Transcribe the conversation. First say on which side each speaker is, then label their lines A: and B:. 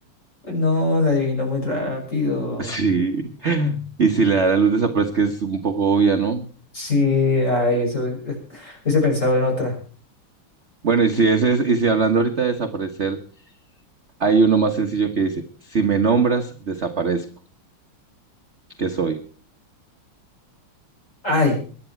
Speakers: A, on the left; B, on the right.
A: No, la adivinó muy rápido.
B: sí. Y si le da la luz desaparece, que es un poco obvia, ¿no?
A: Sí, ay, eso, hubiese pensado en otra.
B: Bueno, y si ese es, y si hablando ahorita de desaparecer, Hay uno más sencillo que dice, si me nombras, desaparezco. ¿Qué soy? <laughs>
A: Ay,